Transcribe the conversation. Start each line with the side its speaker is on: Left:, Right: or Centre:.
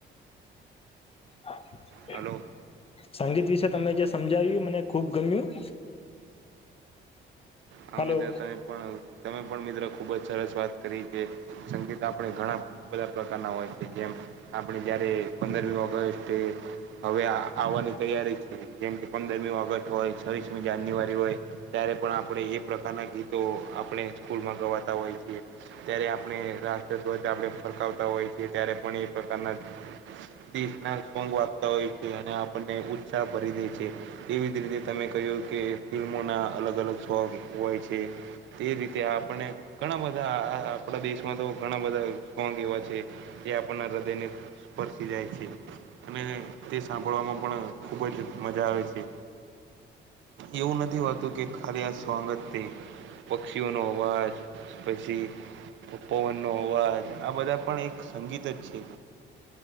Left: હા
Right: હાલો
Left: સંગીત વિશે તમે જે સમજાવ્યું મને ખુબ ગમ્યું
Right: આ
Left: હલો
Right: મિત્ર તમે પણ તમે પણ મિત્રો ખુબ જ સરસ વાત કરી કે સંગીત આપણે ઘણા બધા પ્રકારના હોય છે, જેમ આપણે જયારે પંદરમી ઓગસ્ટ હવે આવવાની તૈયારી છે, જેમ કે પંદરમી ઓગસ્ટ હોય, છવ્વીસમી જાન્યુઆરી હોય ત્યારે પણ આપણેે એ પ્રકારના ગીતો આપણે સ્કૂલમાં ગવાતા હોય છીએ ત્યારે આપણે રાષ્ટ્રધ્વજ આપણે ફરકાવતા હોય છીએ ત્યારે પણ એ પ્રકારના તેજના વાગતા હોય છે, અને આપણને ઉત્સાહ ભરીદે છે. એવી જ રીતે તમે કે ફિલ્મોના અલગ- અલગ હોય છે. તે રીતે આપને ઘણા બધા આપણા દેશમાં તો બધા સોંગ એવા છે. તે આપણના હૃદયને સ્પર્શી જાય છે. અને તે સાંભળવામાં પણ ખૂબ જ મજા આવે છે. એવું નથી હોતું કે ખલી આ સોગજ પક્ષીઓનો અવાજ પછી પપોવન નો અવાજ બધા પણ એક જ છે.